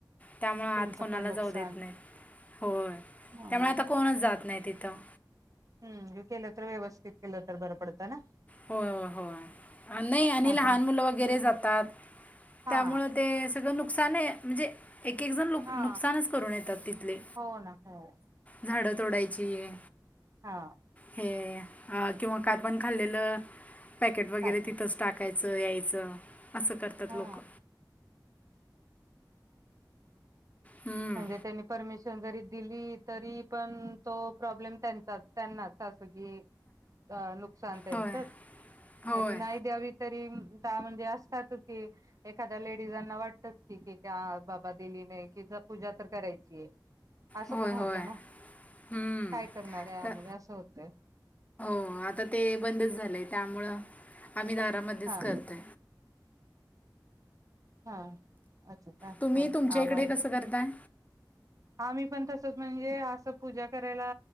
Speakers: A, on the left; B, on the right.
A: त्यामुळे
B: त्यांचं
A: कोणाला
B: पण नुकसान
A: जाऊ देत नाहीत होय
B: हो
A: त्यामुळे
B: ना
A: आता कोणच जात नाही तिथं.
B: हम् केलंत व्यवस्थित केलंत बर पडत ना?
A: होय हो होय नाही आणि
B: आता
A: लहान मुलं वगैरे जातात.
B: हा
A: त्यामुळे ते सगळं नक नुकसान म्हणजे एक एक जण लुक
B: हा
A: नुकसानच करून येतात तिथले
B: हो ना हो
A: झाडं तोडायची
B: हा
A: हे किंवा काय पण खाल्लेलं पॅकेट वगैरे
B: टाकायच
A: तिथच टाक टाकायचं यायचं असं करतात
B: हा
A: लोक. हम्म,
B: म्हणजे त्यांनी परमिशन जरी दिली तरी पण तो प्रॉब्लेम त्यांचा त्यांनाच अस की अ नुकसान त्यांचच
A: होय होय
B: आणि नाही द्यावी. तरी म्हणजे असतातच की एखाद्या लेडीजांना वाटत की त्या बाबा दिली नाही कि ज पूजा तर करायचीय. असं
A: होय
B: पण होतय
A: होय
B: ना
A: हम्म.
B: काय करणार आहेम
A: तर
B: असं होत.
A: हो आता ते बंदच झालंय त्यामुळं आम्ही दारामध्येच
B: हा
A: करतय.
B: हा अच्छा! का
A: तुम्ही
B: हा
A: तुमच्या
B: आम्हाला.
A: इकडे कसं करताय
B: आम्ही पण तसच म्हणजे असं पूजा करायला